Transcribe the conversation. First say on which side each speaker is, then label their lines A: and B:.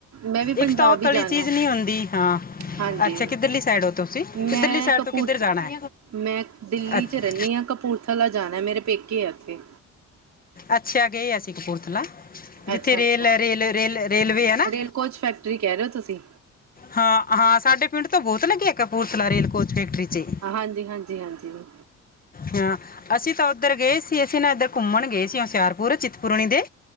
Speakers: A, on the right; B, on the left.
A: ਮੈਂ ਵੀ ਪੰਜਾਬ
B: ਇੱਕ ਤਾਂ ਓ
A: ਹੀ
B: ਤਲੀ
A: ਜਾਣਾ
B: ਚੀਜ਼ ਨੀ ਆਦੀ ਹਾਂ।
A: ਹਾਂਜੀ
B: ਅੱਛਾ ਕਿੱਧਰਲੀ ਸਾਈਡ ਹੋ ਤੁਸੀਂ
A: ਮੈਂ
B: ਕਿੱਧਰਲੀ ਸਾਈਡ
A: ਕਪੂਰ
B: ਤੋਂ ਕਿੱਧਰ ਜਾਣਾ?
A: ਮੈਂ ਦਿੱਲੀ
B: ਅੱਛ-
A: 'ਚ ਰਹਿੰਦੀ ਹਾਂ ਕਪੂਰਥਲਾ ਜਾਣਾ ਮੇਰੇ ਪੇਕੇ ਆ ਉੱਥੇ
B: ਅੱਛਾ ਗਏ ਅਸੀਂ ਕਪੂਰਥਲਾ। ਜਿੱਥੇ
A: ਅੱਛਾ
B: ਰੇਲ
A: ਅੱਛਾ
B: ਐ ਰੇਲ ਰੇਲ, ਰੇਲਵੇ ਐ ਨਾ?
A: ਰੇਲ ਕੋਚ ਫੈਕਟਰੀ ਕਹਿ ਰਹੇ ਹੋ ਤੁਸੀਂ
B: ਹਾਂ ਹਾਂ ਸਾਡੇ ਪਿੰਡ ਤੋਂ ਬਹੁਤ ਲੱਗੇ ਕਪੂਰਥਲਾ ਰੇਲ ਕੋਚ ਫੈਕਟਰੀ 'ਚ।
A: ਹਾ ਹਾਂਜੀ, ਹਾਂਜੀ ਹਾਂਜੀ ਹ
B: ਹਾਂ ਅਸੀਂ ਤਾਂ ਉੱਧਰ ਗਏ ਸੀ ਅਸੀਂ ਨਾ ਇੱਧਰ ਘੁੰਮਣ ਗਏ ਸੀ ਹੁਸ਼ਿਆਰਪੁਰ ਚਿੱਤਪੁਰਨੀ ਦੇ